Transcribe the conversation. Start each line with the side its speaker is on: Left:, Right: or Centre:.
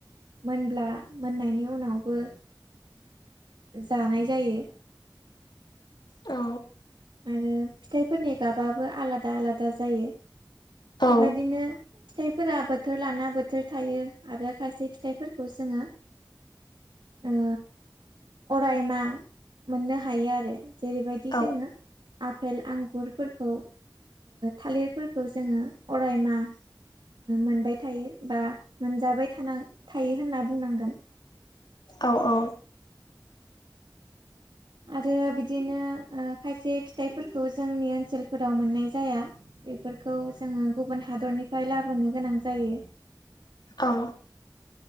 Right: मोनब्ला मोननायनि उनावबो। जानाय जायो।
Left: औ।
Right: आरो फिथाइफोरनि गाबाबो आलादा आलादा जायो। बेबायदिनो।
Left: औ
Right: फिथाइफोरा बोथोर लाना बोथोर थायो आरो खायसे फिथाइफोरखौ जोङो। ओ अरायमा मोननो हायो आरो जेरैबायदि
Left: औ
Right: जोङो। आफेल आंगुरफोरखौ थालिरफोरखौ जोङो अरायमा‌ मोनबाय थायो बा मोनजाबाय थान थायो होनना बुंनांगोन।
Left: औ औ।
Right: आरो बिदि। बिदिनो खायसे फिथाइफोरखौ जोंनि ओनसोल फोराव मोननाय जाया बेफोरखौ जोङो गुबुन हादरनि। बेाय लाबोनो गोनां जायो।
Left: औ।